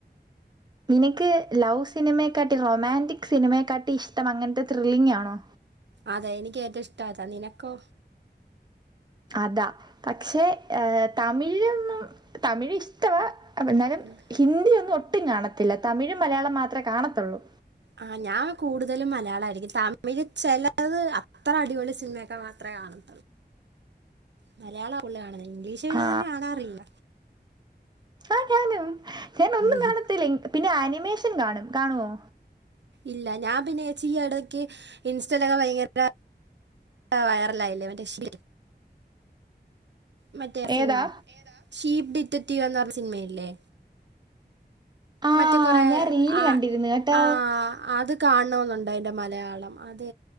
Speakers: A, on the right; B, on the right.
A: നിനക്ക് ലൗ സിനിമയെക്കാട്ടി റൊമാൻറിക് സിനിമയെക്കാട്ടി ഇഷ്ട്ടം അങ്ങനത്തെ ത്രില്ലിംഗ് ആണോ
B: അതെ എനിക്ക് ഏറ്റവും ഇഷ്ട്ടം അതാ നിനക്കോ
A: അതാ പക്ഷേ ഏഹ് തമിഴൊന്നും തമിഴ് ഇഷ്ട്ടവാ. അപ്പ എന്നാലും
B: ഉം.
A: ഹിന്ദി ഒന്നും ഒട്ടും കാണത്തില്ല തമിഴും മലയാളം മാത്രെ കാണത്തൊള്ളു.
B: ആഹ് ഞാൻ കൂടുതലും മലയാളായിരിക്കും തമിഴ് ചെലത് അത്ര അടിപൊളി സിനിമയൊക്കെ മാ ത്രേ കാണും മലയാള ഫുള്ള് കാണുന്ന ഇംഗ്ലീഷ്
A: ആ
B: നന്നെ കാണാറില്ല.
A: ആഹ് ഞാനും ഞാൻ ഒന്നും
B: ഉം.
A: കാണത്തില്ല പിന്നെ ആനിമേഷൻ കാണും. കാണുവോ?
B: ഇല്ല. ഞാൻ പിന്നെ ച്ചി ഈ എടയ്ക്ക് ഇൻസ്റ്റലൊക്കെ ഭയങ്കര. വയറലായില്ലേ വന്റെഷി മറ്റേ ആ സിനിമതി,
A: ഏതാ
B: ഏതാ? ഷീപ്പ് ഡിറ്റക്റ്റീവ് എന്ന പറഞ്ഞ സിനിമയില്ലേ?
A: ആ
B: മറ്റേ കുറേ
A: ഞാൻ റീല്
B: ആഹ്
A: കണ്ടിരുന്നു കേട്ടോ
B: ആഹ് അത്. കാണന്നുണ്ടായ്ൻ്റെ മലയാളം അത്.